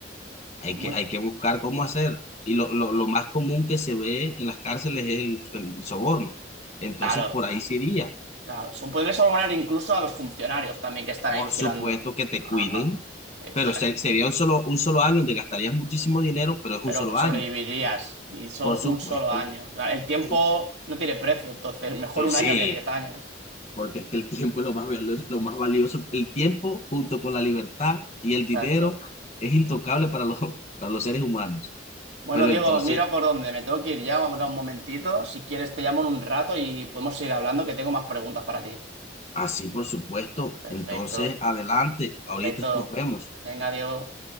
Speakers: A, on the left (about 35°); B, on the right (about 75°).
A: Hay
B: Pues muy...
A: que, hay que buscar cómo hacer. Y lo, lo, lo más común que se ve en las cárceles es el, el soborno. Entonces,
B: Claro,
A: por ahí se iría.
B: claro. Son, podrías abonar incluso a los funcionarios también que están
A: Por
B: ahí vigilando.
A: supuesto que te
B: Ajá,
A: cuiden,
B: exacto.
A: Pero se- sería un solo, un solo año donde gastarías muchísimo dinero, pero es
B: Pero
A: un solo
B: sobrevivirías
A: año,
B: y so-
A: por supuesto.
B: un solo año. Claro, El tiempo
A: Su-
B: no tiene precio, entonces mejor
A: eh,
B: un
A: sí,
B: año que diez años.
A: porque es que el tiempo es lo más, valo- lo más valioso. El tiempo junto con la libertad y
B: Exacto.
A: el dinero es intocable para los, para los seres humanos.
B: Bueno,
A: Pero
B: Diego,
A: entonces,
B: mira por dónde me tengo que ir ya, ahora un momentito. Si quieres, te llamo en un rato y podemos seguir hablando, que tengo más preguntas para ti.
A: así por supuesto.
B: Perfecto,
A: Entonces, adelante,
B: perfecto.
A: ahorita nos vemos.
B: Venga, Diego.